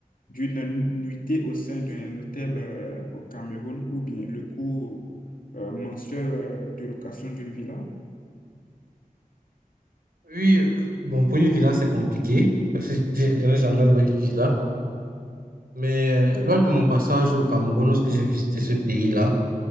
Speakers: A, on the left; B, on the right.
A: d'une nuitée au sein d'un hôtel euh, au Cameroun ou bien le coût euh, mensuel euh, de location d'une villa?
B: Oui, euh, bon, pour une villa, c'est compliqué, parce que j'ai- je n'ai jamais loué de villa. Mais euh, lors de mon passage au Cameroun, lorsque j'ai visité ce pays-là,